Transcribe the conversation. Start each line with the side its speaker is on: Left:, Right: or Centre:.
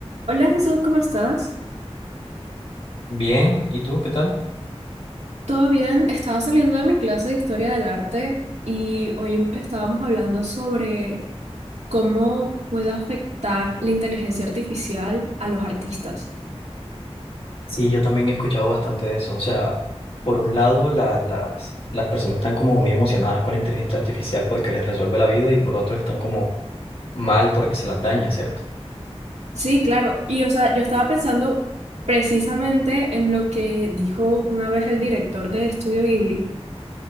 Right: Hola Jesús, ¿cómo estás?
Left: Bien, ¿y tú qué tal?
Right: ¿Todo bien? Estaba saliendo de mi clase de historia del arte y hoy em- estábamos hablando sobre cómo puede afectar la inteligencia artificial a los artistas.
Left: Sí, yo también he escuchado bastante de eso. O sea, por un lado, la- las, las personas están como muy emocionadas con la inteligencia artificial porque les resuelve la vida y por otro están como mal porque se las daña, ¿cierto?
Right: Sí, claro. Y o sea, yo estaba pensando precisamente en lo que dijo una vez el director de Estudio Ghibli,